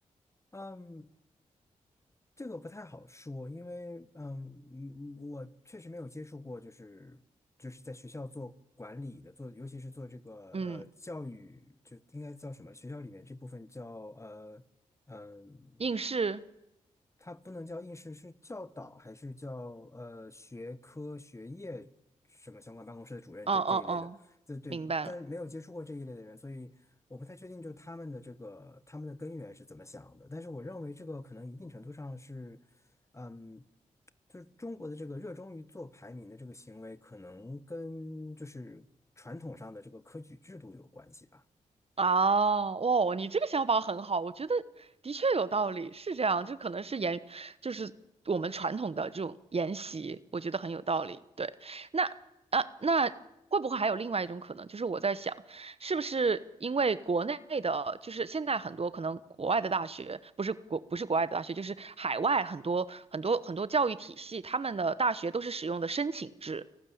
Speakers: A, on the left; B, on the right.
A: 嗯，这个不太好说，因为嗯，嗯我确实没有接触过，就是就是在学校做管理的，做尤其是做这个呃教育，
B: 嗯，
A: 就应该叫什么？学校里面这部分叫呃。嗯，
B: 应试，
A: 他不能叫应试，是教导还是叫呃学科学业什么相关办公室的主任这这一类的？
B: 嗯嗯嗯，
A: 这对，
B: 明白了。
A: 但是没有接触过这一类的人，所以我不太确定，就是他们的这个他们的根源是怎么想的。但是我认为这个可能一定程度上是，嗯，就是中国的这个热衷于做排名的这个行为，可能跟就是传统上的这个科举制度有关系吧。
B: 啊，哦，你这个想法很好，我觉得的确有道理，是这样，就可能是沿，就是我们传统的这种沿袭，我觉得很有道理。对，那啊，那会不会还有另外一种可能，就是我在想。是不是因为国内的，就是现在很多可能国外的大学，不是国不是国外的大学，就是海外很多很多很多教育体系，他们的大学都是使用的申请制，